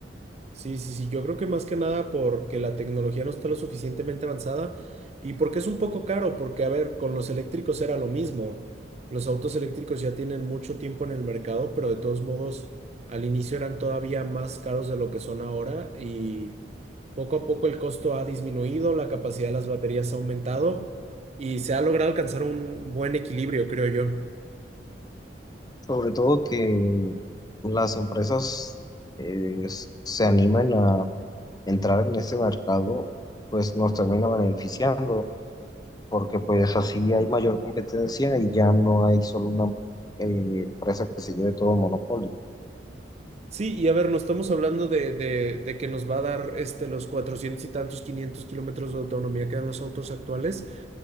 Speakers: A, on the right (about 40°); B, on the left (about 20°).
A: Sí, sí, sí, yo creo que más que nada porque la tecnología no está lo suficientemente avanzada y porque es un poco caro, porque a ver, con los eléctricos era lo mismo. Los autos eléctricos ya tienen mucho tiempo en el mercado, pero de todos modos al inicio eran todavía más caros de lo que son ahora y poco a poco el costo ha disminuido, la capacidad de las baterías ha aumentado y se ha logrado alcanzar un buen equilibrio, creo yo.
B: Sobre todo que las empresas eh, se animen a entrar en ese mercado, pues nos termina beneficiando, porque pues así hay mayor competencia y ya no hay solo una eh, empresa que se lleve todo el monopolio.
A: Sí, y a ver, no estamos hablando de, de- de que nos va a dar este, los 400 y tantos, 500 kilómetros de autonomía que dan los autos actuales,